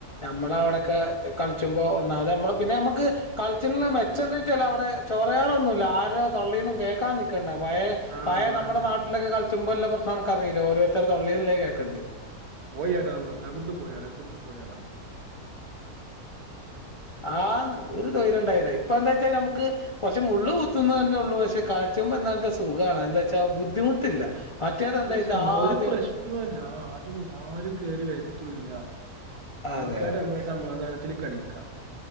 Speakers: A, on the left; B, on the right.
A: നമ്മള അവിടെ ഒക്കെ കളിച്ചുമ്പോ ഒന്നാത് നമ്മള് പിന്നെ നമുക്ക് കളിച്ച മെച്ചം എന്താ വെച്ചാ അവിടെ ചൊറകളൊന്നു ഇല്ല ആരോ തൊള്ളയിന്നും കേൾക്കാൻ നിക്കണ്ട പഴയ
B: ആ,
A: പഴയ
B: വേണ്ട
A: നമ്മുടെ നാട്ടിലൊക്കെ കളിച്ചുമ്പോല്ലാം നമ്മുക്കറില്ലെ ഓരോ ഇത്ര തൊള്ളള്ളിന്ന് ലേഖ
B: മേ
A: ആക്കണ്ടിരുന്നു
B: പോയാടാ അവിടുന്ന് അവിടുന്ന് പോയാടാ എവിടന്ന് പോയാടോന്ന്
A: ആന്ന് ഒരു തൊയിരംണ്ടായില്ല ഇപ്പൊ എന്താ വെച്ചാ നമുക്ക് കുറച്ച് മുള്ളു കുത്തുന്ന തന്നെ ഉള്ളൂ പക്ഷെ കളിച്ചുമ്പ എന്താ വെച്ചാ സുഖമാണ് എന്താ വച്ചാ ബുദ്ധിമുട്ടില്ല മറ്റേത് എന്താ
B: ഒരു
A: വെച്ചാൽ
B: സമ
A: ആദ്യം
B: ഒരു പ്രശ്നല്ല ആ അതന്നെ ആരും കേറി വരുത്തുല്ല നമക്കാട്ട
A: അതെ അതെ
B: നമ്മള് സമാധാനത്തിൽ കളി ക്ക